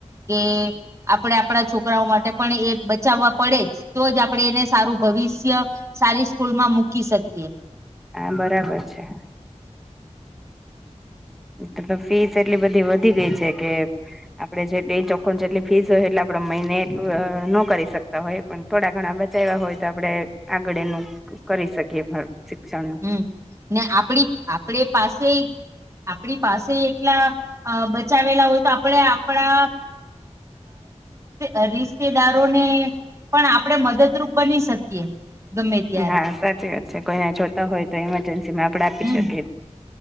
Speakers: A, on the right (about 25°); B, in the centre.
A: કે આપણેે આપણા છોકરાઓ માટે પણ એ બચાવવા પડે જ તો જ આપણેે એને સારુ ભવિષ્ય સારી સ્કૂલમાં મૂકી શકીએ
B: હા બરાબર છે. તો તો ફીસ એટલી બધી વધી ગઈ છે, કે આપણે જેટલી ચોખણ જેટલી ફીસ હોય, એટલે આપડે મહિને એટલુ ન કરી શકતા હોય પણ થોડા ઘણા બચાવ્યા હોય તો આપણે આગળ એનું કરી શકીએ શિક્ષણનું
A: હમ ને આપડી આપડ પાસે આપડી પાસે એટલા અ બચાવેલા હોય, તો આપણે આપણા અ રિશતેદાર પણ આપણે મદદરૂપ બની શકીએ ગમે ત્યારે
B: હા સાચી વાત છે કોઈને જોતા હોય તો ઇમરજન્સી માં આપડે આપી
A: હમ
B: શકીએ.